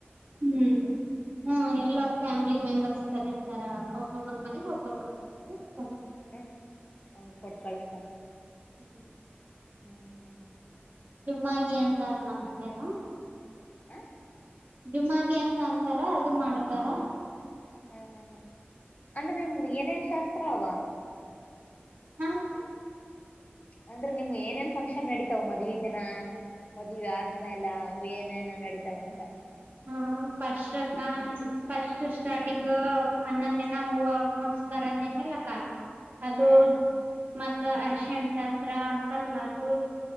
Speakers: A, on the right (about 45°); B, on the left (about 35°).
A: ಹ್ಮ್ ಹೂಂ ಎಲ್ಲ ಫ್ಯಾಮಿಲಿ ಮೆಂಬರ್ ಸರಿರ್ತಾರ ಒಬ್ಬೊಬ್ಬರ್ ಮನೆಗ್ ಒಬ್ಬೊಬ್ಬರ್ ತೆಗ್ದು ಕೊಡ್ಸಾ
B: ಹ್ಮ್ ಅಮೇಲ್ ಕೊಟ್ ಕಳುಸ್ತಾರೆ.
A: ಹ್ಮ್
B: ಹ್ಮ್ ಹ್ಮ್ ಹ್ಮ್ ಹ್ಮ್
A: ಜುಮ್ಮಾಗಿ
B: ಹಂಗದ
A: ಅಂತಾರ ನಮ್ಮಂದೇವ.
B: ಹ
A: ಜುಮಾಗಿ ಅಂತ ಅಂತಾರ ಅದು ಮಾಡ್ತಾರ.
B: ಹ್ಮ್ ಹ್ಮ್ ಹ್ಮ್ ಅಂದ್ರೆ ನಿಮ್ದ್ ಏನೇನ್ ಶಾಸ್ತ್ರ ಅವ?
A: ಆಮೇಲುಕ್ಕೆ
B: ಅಂದ್ರೆ ನಿಮ್ ಏನೇನ್ ಫಂಕ್ಷನ್ ನಡಿತಾವ ಮದ್ವಿ ದಿನ ಮದ್ವಿ ಆದ್ಮೇಲ ಏನೇನ ನಡಿತಾವ ಅಂತ?
A: ಹ್ಮ್ first of all first starting ಹನ್ನೊಂದ್ ದಿನ ಹೂವ ಮುಡಸ್ದಾರಂದೀನಲ್ಲಕ್ಕ, ಅದು
B: ಹಾ
A: ಮತ್ತ
B: ಹ್ಮ್
A: ಅರ್ಶಿಣ್ ಶಾ ತ್ರ ಅಂತಾರಲ್ಲ ಅದು,